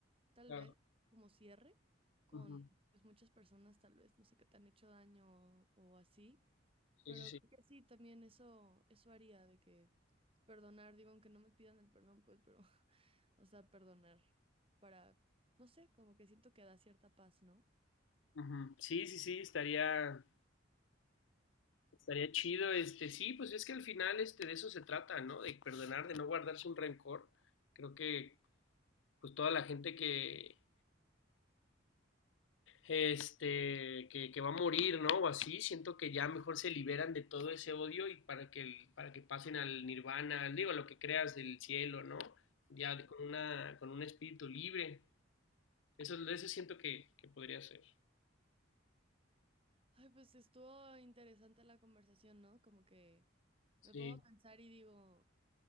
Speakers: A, on the right; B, on the left.
A: tal
B: Claro.
A: vez, como cierre con
B: Ujú.
A: pues muchas personas, tal vez, no sé, qué te han hecho daño o, o así,
B: Sí,
A: pero
B: sí, sí.
A: creo que sí, también eso, eso haría de que perdonar, digo, aunque no me pidan el perdón, pues, pero, <laughs> o sea, perdonar para, no sé, como que siento que da cierta paz, ¿no?
B: Ujú. Sí, sí, sí, estaría, estaría chido, este, sí, pues es que al final, este, de eso se trata, ¿no? De perdonar, de no guardarse un rencor. Creo que, pues toda la gente que, este, que, que va a morir, ¿no? O así, siento que ya mejor se liberan de todo ese odio y para que, el- para que pasen al nirvana, digo, lo que creas del cielo, ¿no? Ya de- con una, con un espíritu libre. Eso, eso siento que, que podría ser.
A: Ay, pues estuvo interesante la conversación, ¿no? Como que me
B: Sí.
A: pongo a pensar y digo,